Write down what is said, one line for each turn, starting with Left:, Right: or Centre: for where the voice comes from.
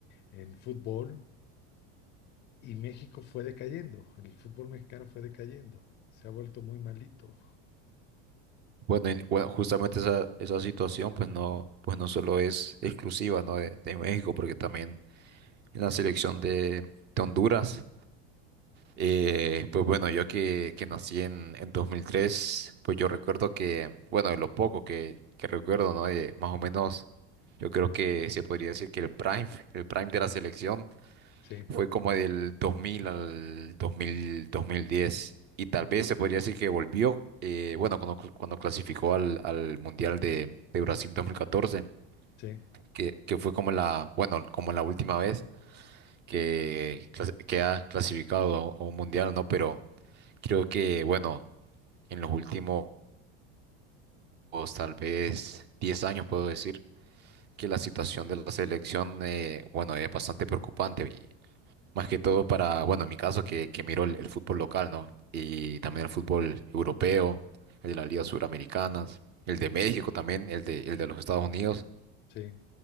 Left: en fútbol y México fue decayendo. El fútbol mexicano fue decayendo. Se ha vuelto muy malito.
Right: Bueno, y- bueno, justamente esa, esa situación, pues no, pues no solo es exclusiva, ¿no? de de México, porque también en la selección de, de Honduras. Eh, pues bueno, yo que, que nací en, en 2003, pues yo recuerdo que, bueno, de lo poco que, que recuerdo, ¿no? De más o menos, yo creo que se podría decir que el prime, el prime de la selección
Left: Sí,
Right: fue como del 2000 al 2000, 2010. Y tal vez se podría decir que volvió, eh, bueno, cuando, cuando clasificó al, al Mundial de, de Brasil 2014,
Left: sí,
Right: que, que fue como la, bueno, como la última vez que, clas- que ha clasificado a a un mundial, ¿no? Pero creo que, bueno, en los últimos tal vez 10 años puedo decir que la situación de la selección, eh, bueno, es bastante preocupante y más que todo para, bueno, en mi caso que, que miro el, el fútbol local, ¿no? Y también el fútbol europeo, el de las ligas suramericanas, el de México también, el de, el de los Estados Unidos,
Left: sí,